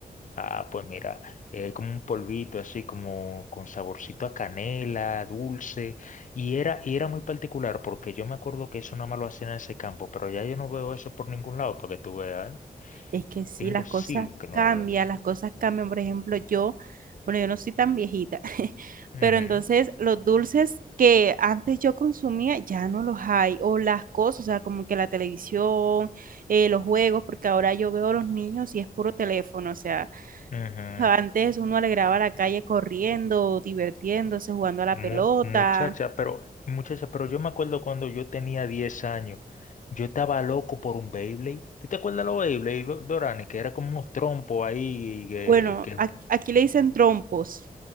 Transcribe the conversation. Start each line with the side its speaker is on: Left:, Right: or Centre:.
Left: Ah, pues mira, es como un polvito así, como con saborcito a canela, dulce. Y era, y era muy particular porque yo me acuerdo que eso nada más lo hacían en ese campo, pero ya yo no veo eso por ningún lado, porque tú veas, ¿eh?
Right: Es que sí,
Left: Tengo
Right: las
Left: siglos
Right: cosas
Left: que no
Right: cambian,
Left: lo veo.
Right: las cosas cambian. Por ejemplo, yo, bueno, yo no soy tan viejita, <laughs>
Left: Ujú.
Right: pero entonces los dulces que antes yo consumía ya no los hay, o las cosas, o sea, como que la televisión, eh, los juegos, porque ahora yo veo a los niños y es puro teléfono, o sea,
Left: Ujú.
Right: antes uno alegraba la calle corriendo, divirtiéndose, jugando a la
Left: Mu-
Right: pelota.
Left: muchacha, pero muchacha, pero yo me acuerdo cuando yo tenía 10 años, yo estaba loco por un Beyblade. ¿Tú te acuerdas de los Beyblade, Go- Dorani? Que era como unos trompos ahí que,
Right: Bueno,
Left: que-
Right: ac- aquí le dicen trompos.